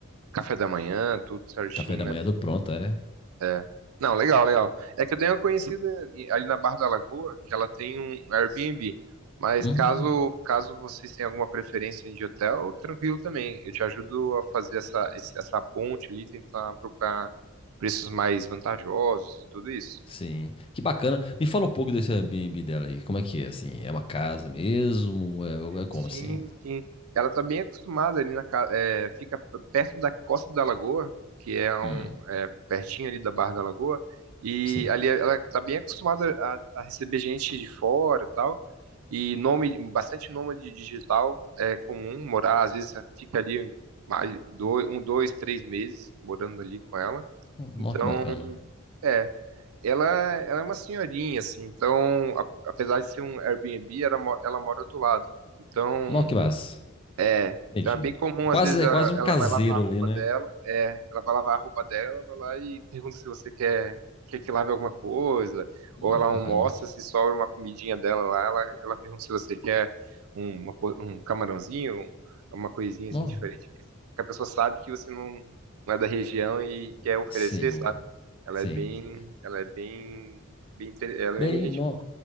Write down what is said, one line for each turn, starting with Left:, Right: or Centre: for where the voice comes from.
Right: Café da manhã, tudo certinho,
Left: Café da
Right: né?
Left: manhã tudo pronto, é.
Right: É. Não, legal, legal. É que eu tenho uma conhecida e- ali na Barra da Lagoa que ela tem um Airbnb. Mas
Left: Uhum.
Right: caso caso vocês tenham alguma preferência de hotel, tranquilo também. Eu te ajudo a fazer essa, esse- essa ponte ali, tentar procurar preços mais vantajosos e tudo isso.
Left: Sim, que bacana. Me fala um pouco desse Airbnb dela aí. Como é que é, assim? É uma casa mesmo? É, é como
Right: Sim,
Left: assim?
Right: sim. Ela está bem acostumada ali na casa, é, fica p- perto da Costa da Lagoa, que é um
Left: Hum,
Right: é, pertinho ali da Barra da Lagoa, e
Left: sim.
Right: ali ela está bem acostumada a, a receber gente de fora, e tal. E nome, bastante nômade digital é comum morar, às vezes fica ali mais dois, um, dois, três meses morando ali com ela.
Left: Hum, Nó,
Right: Então,
Left: que bacana.
Right: é, ela, ela é uma senhorinha, assim, então, a- apesar de ser um Airbnb, ela, mo- ela mora do lado. Então,
Left: Nó, que massa.
Right: é,
Left: Entendi.
Right: então é bem comum,
Left: É quase,
Right: às vezes a-
Left: é quase um
Right: ela
Left: caseiro
Right: vai lavar a roupa
Left: ali, né?
Right: dela, é, ela vai lavar a roupa dela, vai lá e pergunta se você quer, quer que lave alguma coisa,
Left: Nó,
Right: ou ela
Left: que
Right: almoça,
Left: bacana.
Right: se sobra uma comidinha dela lá, ela, ela pergunta se você quer um, uma po- um camarãozinho, um- uma coisinha
Left: Nó,
Right: assim diferente, que a pessoa sabe que você não, não é da região e quer oferecer,
Left: sim,
Right: sabe? Ela
Left: sim.
Right: é bem, ela é bem, bem, inte- ela é
Left: Bem,
Right: bem gente,
Left: nó.